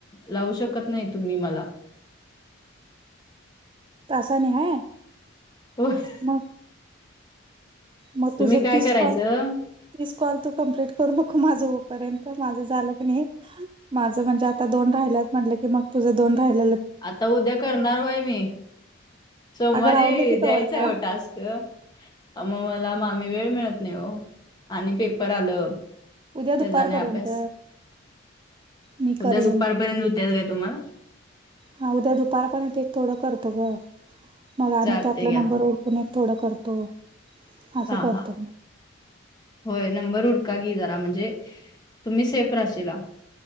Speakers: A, on the left (about 20°); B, on the right (about 25°).
A: लावू शकत नाही तुम्ही मला
B: तं नाही हा
A: होय.
B: मग मग
A: तुम्ही
B: तुझं
A: काय
B: तीस
A: करायचं
B: पल तीच कॉल तू कं्प्लीट करू नक माझं होपर्यंत माझं झालं की नाही माझं म्हणजे आता दोन राहिल्यात म्हटलं की मग तुझं दोन राहिले
A: आता उद्या करणार वय मी सोमवारी
B: अगं राहून दे की
A: द्यायचं
B: तोवर का.
A: आहे टास्क मग मला मामी वेळ मिळत नाही हो आणि पेपर आलं
B: उद्या
A: त्या
B: दुपारपर्यंत
A: जाण्या अभ्यास
B: मी
A: उद्या
B: करीन.
A: दुपार पर्यंत त्याच का तुम्हाला
B: हा उद्या दुपारपर्यंत एक थोडं करतो ग मग आणि
A: चालते
B: त्यातला
A: घ्या
B: नंबर कोण एक थोडं करतो असं
A: हा
B: करतो
A: हा
B: मग.
A: होय नंबर उडका की जरा म्हणजे तुम्ही सेफ राशला